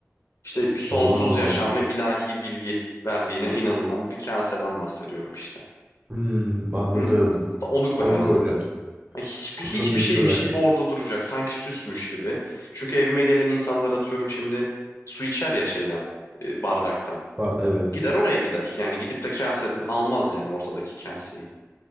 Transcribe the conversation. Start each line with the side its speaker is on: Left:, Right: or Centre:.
Left: İşte sonsuz
Right: tamam.
Left: yaşam ve ilahi bilgi verdiğine inanılan bir kaseden bahsediyorum işte.
Right: Hmm, anladım.
Left: Hı, onu koyardım.
Right: Onu koyacaksın.
Left: Yani hiçbir
Right: Kutunun
Left: hiçbir
Right: üstüne.
Left: şeymiş gibi orada duracak. Sanki süsmüş gibi. Çünkü evime gelen insanlar atıyorum şimdi su içer ya şeyden, e, bardaktan.
Right: Var evet.
Left: Gider oraya gider. Yani gidip de kaseden almaz yani ortadaki kaseyi.